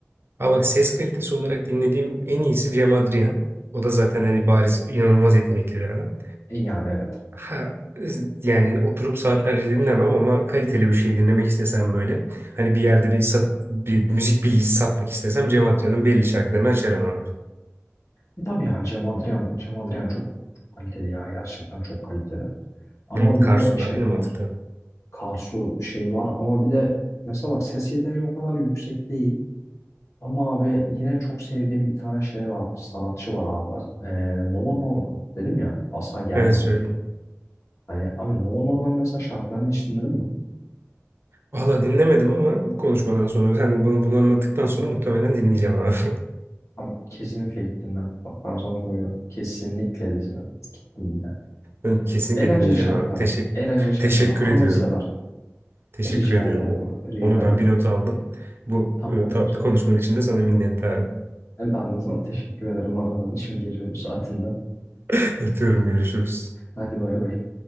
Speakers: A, on the right; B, on the left.
A: Aa bak ses kalitesi olarak dinlediğim en iyisi Cem Adrian. O da zaten hani bariz inanılmaz yetenekli bir adam.
B: E yani evet.
A: Ha yani oturup saatlerce dinlemem ama kaliteli bir şey dinlemek istesem böyle. Hani bir yerde bir sat, bir müzik bilgisi satmak istesem Cem Adrian'ın belli şarkılarını açarım abi.
B: E tabii ya Cem Adrian, Cem Adrian çok kaliteli ya. Gerçekten çok kaliteli. Ama
A: Hı,
B: bir
A: Karsu'da
B: de şey
A: aynı
B: var.
A: mantıkta.
B: Karsu şey var ama bir de mesela bak ses yeteneği o kadar yüksek değil. Ama abi yine çok sevdiğim bir tane şey var. bir Sanatçı var abi. Ee, Nova Norda. Dedim ya asla gelmiyor
A: Evet söyle.
B: diye. Hani abi Nova Norda'nın mesela şarkılarını hiç dinledin mi?
A: Valla dinlemedim ama bu konuşmadan sonra sen bunu, bunu anlattıktan sonra muhtemelen dinleyeceğim abi. <laughs>
B: Abi kesinlikle gittim ben. Bak ben sana söylüyorum. Kesinlikle dizden gittim de.
A: Ben kesinlikle
B: Eğlenceli
A: dinleyeceğim
B: şarkıları.
A: abi. Teşekkür
B: Eğlenceli şarkıları.
A: <laughs> teşekkür
B: Hanımını
A: ediyorum.
B: sever.
A: Teşekkür
B: Rica
A: ediyorum.
B: ederim
A: O-
B: abi. Rica
A: Onu ben
B: ederim.
A: bir not aldım. Bu
B: Tamamdır.
A: e, tatlı konuşmanın için de sana minnettarım.
B: E, Ben de sana teşekkür ederim aradan için gece bu saatinde.
A: <laughs> Öpüyorum, görüşürüz.
B: Hadi bay bay.